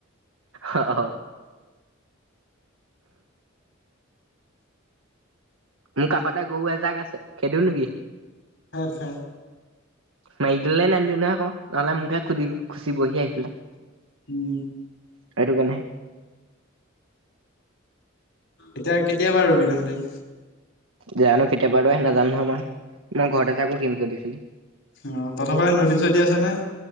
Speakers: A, on the right; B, on the left.
A: অ', অ'। মোৰ কাষতে গৰু এজাক আছে খেদি দিওঁ নেকি?
B: খেদ খেদ।
A: মাৰি দিলে নানিলো নহয় আকৌ, নহ'লে মোকে খুধ খুচিবহি আহি পিনে।
B: উম।
A: সেইটো কাৰণে।
B: এতিয়া কেতিয়াবা ৰুবি তহতে?
A: জানো কেতিয়াৰ পৰা ৰুৱে নাজানো নহয় মই, মই ঘৰতে থাকো।
B: অ' তহঁতৰ ফালে নদী চদি আছে নে?